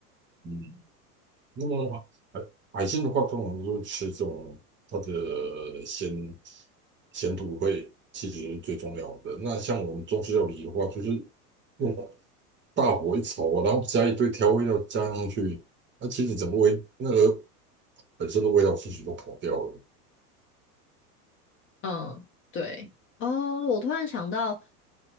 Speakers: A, on the right; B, on the left.
A: 嗯，那么海海鲜的话，通常就是吃这种它的鲜鲜度会其实是最重要的。那像我们中式料理的话，就是用大火一炒，然后加一堆调味料加上去，那其实整个味那个本身的味道其实都跑掉了。
B: 嗯，对。哦，我突然想到，